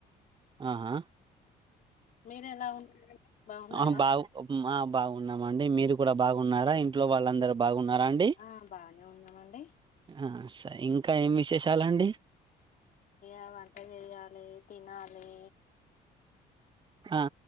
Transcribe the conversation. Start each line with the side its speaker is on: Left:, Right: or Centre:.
Right: ఆహా
Left: మీరు ఎలా ఉన్నారండి బాగున్నారా
Right: ఆ బాగు ఆ బాగున్నాము అండి మీరు బాగున్నారా ఇంట్లో వాళ్ళందరుూ బాగున్నారా అండి
Left: ఆ బానే ఉన్నామండి
Right: ఆహా ఇంకా ఏం విశేషాలండి
Left: అ వంట చెయాలి తినాలి
Right: ఆ